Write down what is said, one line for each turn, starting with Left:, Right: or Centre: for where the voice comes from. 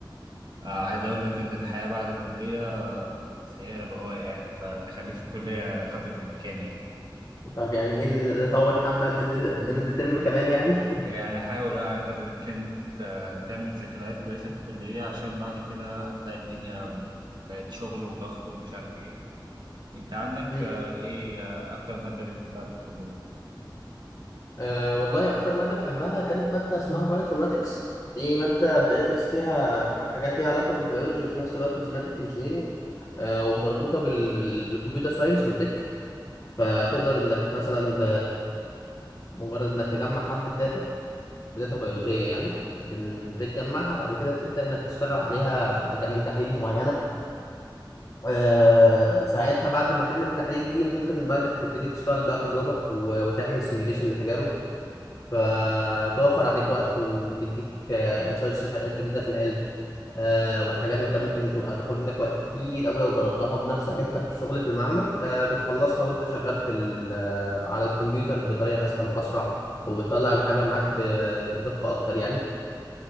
Right: آه، عايز اقول لك ان الحياه بعد الكليه آه، سيئه للغايه يعني فالتخليك في الكليه قدر الامكان يعني
Left: طب يعني ايه نطول حبه نمد نمد ترم كمان يعني
Right: يعني حاول آه، قدر الامكان تت- تعمل ذكريات كويسه في الكليه عشان بعد كده هتلاقي الدنيا بقت شغل وضغط ومش عارف إيه. انت عندك
Left: <laughs>
Right: آه، ايه آه، اكتر مادة بتحبها في الكلية
Left: أه والله أكتر مادة بحبها كانت مادة اسمها بايوانفورماتكس دي مادة بندرس فيها حاجات ليها علاقة بالبيولوجي وفي نفس الوقت الجيناتيك انجينيرينج أه ومربوطة بال... بال- بالكمبيوتر ساينس والتك فتقدر إنك مثلا ب... مجرد إنك تجمع حبة داتا بداتا بيولوجية يعني بن... بتجمعها بعد كده بتبدأ إنك تشتغل عليها بتعمل تحاليل معينة أه ساعتها بعد ما تعمل التحاليل دي ممكن بقى إنك تبتدي تشتغل بقى تجربة و... وتعمل سيميوليشن لتجارب فتوفر عليك وقت وبتديك انسايتس لحاجات جديده في العلم آه، وحاجات انت ممكن تبقى تاخد منك وقت كتير قوي لو جربتها بنفسك انت في الشغل في المعمل آه، بتخلصها وانت شغال في ال- آه، على الكمبيوتر بطريقه اسهل واسرع وبتطلع الحاجه معاك ب- بدقه اكتر يعني